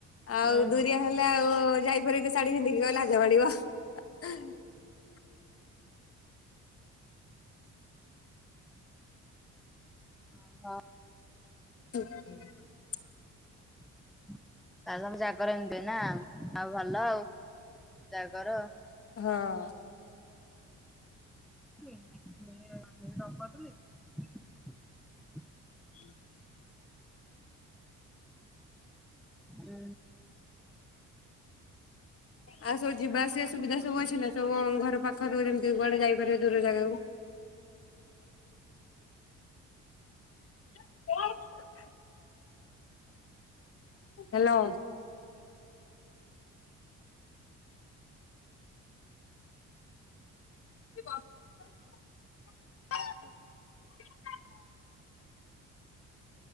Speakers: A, on the left; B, in the centre.
A: ଆଉ
B: ହୁଁ ହୁଁ
A: ଦୁରିଆ ହେଲେ ଆଉ ଯାଇପରିବୁକି ଶାଢୀ ପିନ୍ଧିକି ଗଲେ ଲାଜ ମାଡିବ। <unintelligible>
B: <unintelligible>
A: <unintelligible>
B: <unintelligible> ତାହେଲେ ତମ ଜାଗର ଏମତି ନା ଆଉ ଭଲ ଆଉ। ଜାଗର
A: ହଁ।
B: <unintelligible>
A: <unintelligible> <inaudible>
B: ଉଁ
A: ଆଉ ସବୁ ଯିବା ଆସିବା ସୁବିଧା ସବୁ ଅଛି ନା? ସବୁ ଘର ପାଖରୁ ଯେମିତି କୁଆଡେ ଯାଇପାରିବ ଦୂର ଜାଗାକୁ। <inaudible> ହ୍ୟାଲୋ। <unintelligible>